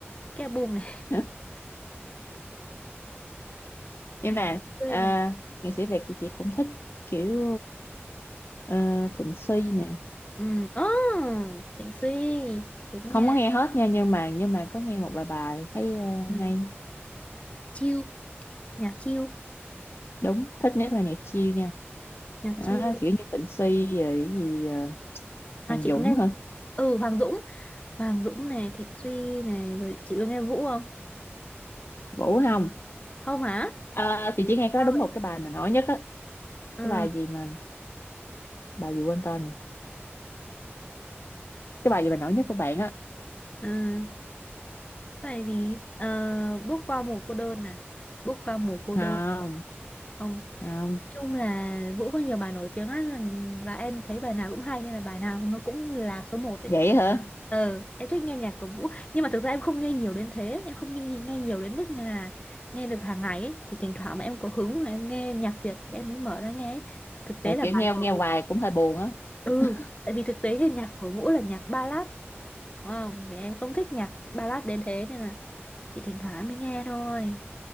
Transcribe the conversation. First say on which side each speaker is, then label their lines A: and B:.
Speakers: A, on the left; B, on the left.
A: cái album này
B: <laughs> nhưng mà
A: <laughs> quên
B: ờ,
A: rồi
B: nghệ sĩ Việt thì chị cũng thích kiểu ờ, Thịnh Suy nè
A: ừ oh, Thịnh Suy đúng
B: không
A: nha
B: có nghe hết nha nhưng mà nhưng mà có nghe một vài bài thấy ờ,
A: ừ.
B: hay
A: chill nhạc chill
B: đúng thích nhất là nhạc chill nha
A: nhạc
B: đó,
A: chill
B: kiểu như Thịnh Suy rồi cái gì ờ,
A: À,
B: Hoàng
A: chị
B: Dũng
A: có nghe
B: hả
A: ừ Hoàng Dũng Hoàng Dũng này Thịnh Suy này rồi chị có nghe Vũ không
B: Vũ không
A: không hả
B: Ờ, thì chỉ nghe có
A: Sao
B: đúng
A: vậy?
B: một cái bài mà nổi nhất á
A: ừ
B: cái bài gì mà bài gì quên tên nè cái bài gì mà nổi nhất của bạn á
A: ừ tại vì ờ, bước qua mùa cô đơn à bước qua mùa cô
B: không
A: đơn không
B: không
A: nói chung là Vũ có nhiều bài nổi tiếng lắm và em thấy bài nào cũng hay nên là bài nào nó cũng là số một ấy
B: vậy hả
A: ờ em thích nghe nhạc của Vũ nhưng mà thực ra em không nghe nhiều đến thế em không nghe, nghe nhiều đến mức như là nghe được hàng ngày ấy. thì thỉnh thoảng mà em có hứng mà em nghe nhạc Việt thì em mới mở ra nghe ấy. thực, thực tế
B: là
A: là
B: kiểu
A: bài
B: nghe nghe hoài cũng hơi buồn á
A: ừ
B: <laughs>
A: tại vì thực tế thì nhạc của Vũ là nhạc ballad đúng không vì em không thích nhạc ballad đến thế nên là chị thỉnh thoảng mới nghe thôi